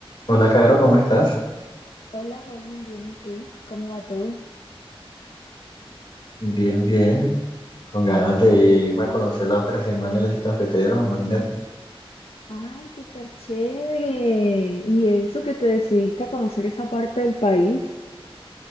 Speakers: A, on the left; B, on the left.
A: Hola, Caro, ¿cómo estás?
B: Hola, Holman, bien, ¿y tú? ¿Cómo va todo?
A: Bien, bien. Con ganas de irme a conocer la otra semana en las cafeteros, imagínate.
B: Ay, súper chévere. ¿Y eso que te decidiste a conocer esa parte del país?